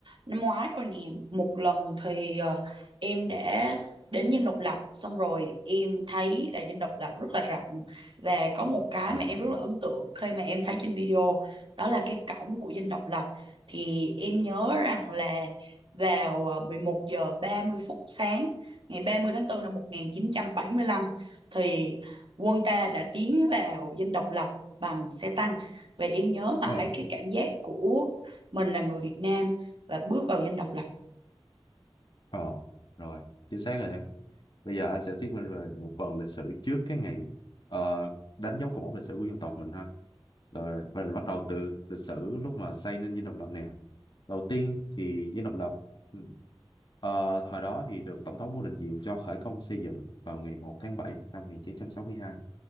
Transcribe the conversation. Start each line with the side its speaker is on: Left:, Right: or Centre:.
Right: năm ngoái rồi nè một lần thì ờ, em đã đến Dinh Độc Lập xong rồi em thấy là Dinh Độc Lập rất là rộng và có một cái
Left: Ờ,
Right: mà em rất là ấn tượng khi mà em thấy trên video đó là cái cổng của Dinh Độc Lập thì em nhớ rằng là vào ờ, 11 giờ 30 phút sáng ngày 30 tháng 4 năm 1975 thì quân ta đã tiến vào Dinh Độc Lập bằng xe tăng và em nhớ mãi
Left: ờ,
Right: cái cảm giác của mình là người Việt Nam và bước vào dinh độc lập
Left: ờ, rồi, chính xác rồi em. Bây giờ anh sẽ thuyết minh về một phần lịch sử trước cái ngày ờ, đánh dấu cột mốc lịch sử của dân tộc mình ha. Rồi, mình bắt đầu từ lịch sử lúc mà xây nên Dinh Độc Lập nè. Đầu tiên thì Dinh Độc Lập ừ, ờ, thời đó thì được Tổng thống Ngô Đình Diệm cho khởi công xây dựng vào ngày một tháng 7 năm 1962.